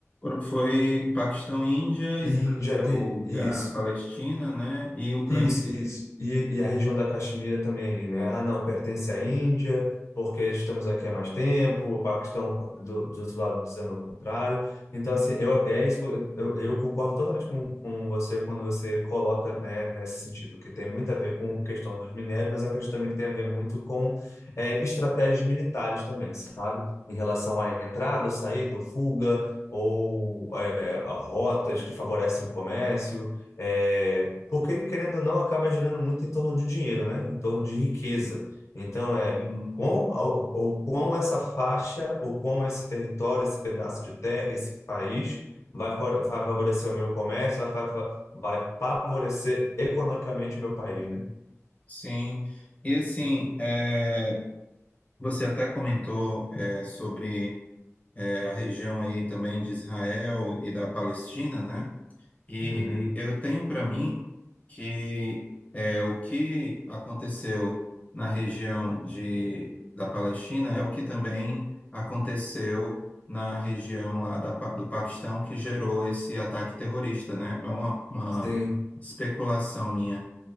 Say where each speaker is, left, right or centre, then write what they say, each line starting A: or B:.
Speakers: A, on the left; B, on the left.
A: Foi Paquistão, Índia,
B: Índia,
A: Israel,
B: tem- isso.
A: Ga- Palestina, né? E Ucrânia.
B: Isso, isso. E, e a região da Caxemira também ali, né? Ah, não, pertence à Índia, porque estamos aqui há mais tempo, o Paquistão do, do outro lado dizendo o contrário. Então, assim, eu, é, isso- eu, eu concordo totalmente com, com você quando você coloca, né, nesse sentido, que tem muito a ver com a questão dos minérios, mas eu acredito também que tem a ver muito com é, estratégias militares também, sabe? Em relação à entrada, ou saída, ou fuga, ou é, a rotas que favorecem o comércio. É, porque, querendo ou não, acaba girando muito em torno de dinheiro, né? Em torno de riqueza. Então, é
A: Sim.
B: quão, ou, ou quão essa faixa, ou quão esse território, esse pedaço de terra, esse país vai, fa- vai favorecer o meu comércio, vai, fa- fa- vai favorecer economicamente o meu país, né?
A: Sim. E assim, é, você até comentou é, sobre é, a região aí também de Israel e da Palestina, né? E
B: Uhum. Uhum.
A: eu tenho para mim que é, o que aconteceu na região de, da Palestina é o que também aconteceu na região lá da, Pa- do Paquistão que gerou esse ataque terrorista, né? É uma, uma
B: Sim,
A: especulação minha.